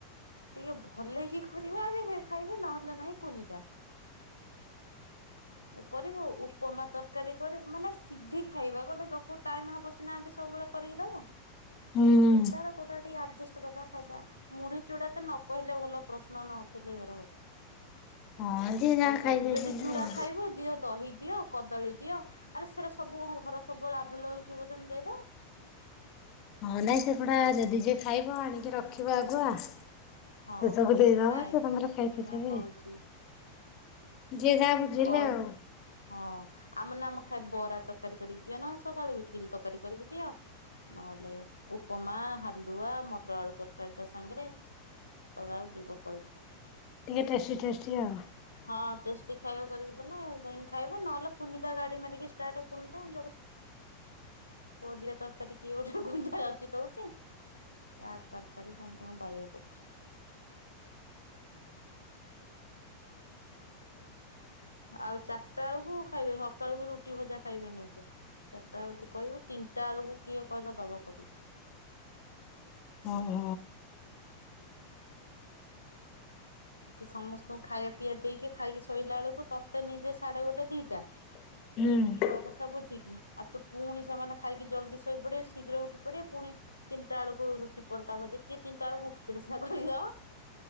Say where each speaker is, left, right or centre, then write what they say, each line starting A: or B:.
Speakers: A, on the left; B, on the left.
A: ଟିକେ ଭଲ କି କରିବ ଆ ଖାଇବି ନହେଲେ ନାହିଁ କୁନିଦା କରିବ ଉପମା ତରକାରୀ କର ମାନେ ସିଧି ଖାଇବା ଗୋଟେ ଲୋକ କଉ ଟାଇମ ହବ ସିନାହାନ୍ତି ସବୁବେଳେ କରିକି ଦବ?
B: ହୁଁ
A: କେତେବେଳେ କୋଉଟା ଟିକେ ଆଡଜଷ୍ଟ କରିଦବା ଖାଇଦବା ମୁଢି ଚୁଡା ତ ନ କହିଲେ ଭଲ ପ୍ରଶ୍ନ ନ ଉଠେଇଲେ ଘରେ ଭଲ।
B: ହଁ ଯିଏ ଯାହା
A: କେହି
B: ଖାଇଦେଇଛନ୍ତି
A: ଖାଇବେନି ଯଦି ଚୁଡା
B: ଆଉ।
A: ଖାଇବୁ ଦିଅ ଦହି ଦିଅ କଦଳୀ ଦିଅ ଆରେ ସେଟା ସବୁ ଘର ସବୁବେଳେ ଆଭେଲେବଲ ଥିବ ଯେମତି ଦେଇଦ
B: ହଁ ନାଇଁ ସେଗୁଡା ଯଦି ଯିଏ ଖାଇବ ଆଣିକି ରଖିବ ଆଗୁଆ। ସେ
A: ହଁ
B: ସବୁ ଦେଇଦବା
A: ନାଇଁ।
B: ସେ ତାଙ୍କର ଖାଇ ପିଇ
A: ନା
B: ଦେବେ।
A: ହଉଛି
B: ଯିଏ ଯାହା ବୁଝିଲେ
A: କ
B: ଆଉ
A: ହଁ ଆମ ନାମ ଖାଇଏ ବରା। ତରକାର କରିକି ଦିଅ ନହଲେ ସକାଳୁ ଇଟିଲି ତରକାରି କରିକି ଦିଅ ନହେଲେ ଉପମା ହାଲୁଆ ଆ ମଟର ଆଳୁ ତରକାରୀ ତା ସାଙ୍ଗରେ କଳା ଏଳକୁ ଯୁଗ ପଳେଇଥିବ।
B: ଟିକେ ଟେଷ୍ଟି ଟେଷ୍ଟି ଆଉ
A: ହଁ ଟେଷ୍ଟି ଖାଇବା କରିକି ଦେଲେ ଯାଇ ଖାଇବେ ନହେଲେ କୁନିଦା ଗାଡି ମାରିକି କୁନିଦା ଆ ପୁଅ ଦି ଟା ତରକାରୀ କୀଏ ଗୋଟେ ଗୁନ୍ଦ୍ରା ରଚି ଦଉଛି ତା ତରକାରୀ ସମସ୍ତଙ୍କୁ ବାଈଆ କରୁଚି। <inaudible> ଆଉ ଚାରିଟା ବେଳକୁ ଖାଇବେ ସକାଳବି ରୁଟି ଭଜା ଖାଇବେନି ଏତେ। ଟା ଏମିତି କହିବୁ ତିନିଟା ବେଳକୁ କିଏ କହିଲା ଦବ କରିକି?
B: ହ ହ।
A: ତ ସମସ୍ତଙ୍କୁ ଖାଇବା ପିଇଆ ଦେଇକି ଖାଇକି ଶୋଇଲା ବେଳକୁ ତତେ ନିଜେ ସାଢେ ଗୋଟେ ଦିଟା।
B: ହୁଁ।
A: ଛୁଆ କଥା ବୁଝିକି ଆଉ ତୁ ପୁଣି ସେମାନେ ଖାଇକି ଜଲଦି ଶୋଇ ପଡେ ଶୀଘ୍ର ଉଠି ପଡେ ପୁଣି ତିନିଟା ବେଳକୁ ରୁଟି ପରଟା ଭଜା କିଏ ତିନିଟା ବେଳକୁ ଉଠିଥିଲେ ସିନା କରିବ